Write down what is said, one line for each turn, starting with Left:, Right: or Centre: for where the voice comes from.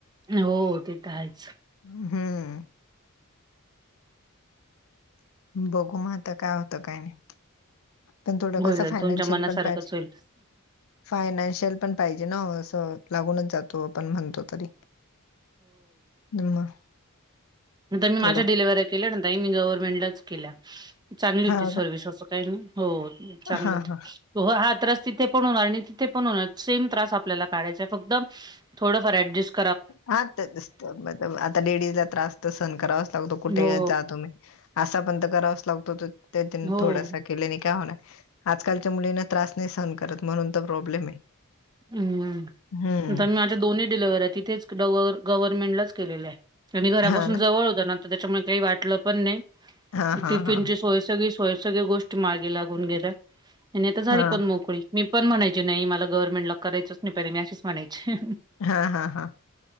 Right: हो ते तर आहेच
Left: हम्‌ बघू मग आता काय होतं काय नाही पण थोडं कसं
Right: होईल
Left: फायनान्शियल
Right: तुमच्या मनासारखंच
Left: पण पाहिजे‌
Right: होईल.
Left: फायनान्शियल पण पाहिजे ना असं लागूनच जातो आपण म्हणतो तरी‌ मग?
Right: नंतर मी माझ्या
Left: थोडं
Right: डिलिव्हऱ्या केल्या न ताई मी गव्हर्नमेंटलाच केल्या चांगली
Left: हां,
Right: होती सर्व्हिस असं काही नाही हो चांगली
Left: हां,
Right: होती
Left: हां.
Right: हो हा त्रास तिथे पण होणार आणि तिथे पण होणार सेम त्रास आपल्याला काढायचा आहे फक्त थोडफार ऍडजेस्ट
Left: हाच तेच असत आता लेडीजला त्रास सहण करावाच लागतो कुठेही
Right: हो,
Left: जा तुम्ही असा पण तर करावाच लागतो त्या
Right: हो.
Left: थोडासा केले नाही काय होणार आजकालच्या मुलींना त्रास नाही सहन करत म्हणून तर प्रॉब्लेम आहे
Right: हम्म
Left: हं,
Right: न तर मी माझ्या दोन्ही डिलीव्हरी आहे तिथेच गव गव्हर्नमेंटलाच केलेले आहे आणि घरापासून
Left: हां ना.
Right: जवळ होत ना तर त्याच्यामुळे काही वाटलं पण नाही
Left: हां, हां,
Right: टिफिनची
Left: हां.
Right: सोय सगळी सोय सगळ गोष्टी मार्गी लागून गेल्या. आणि आता झाली
Left: हां,
Right: पण मोकळी‌ मी पण म्हणायची नाही मला गव्हर्मेंट ला करायच नाही पहिला मी अशी म्हणायची,
Left: हां, हां, हां.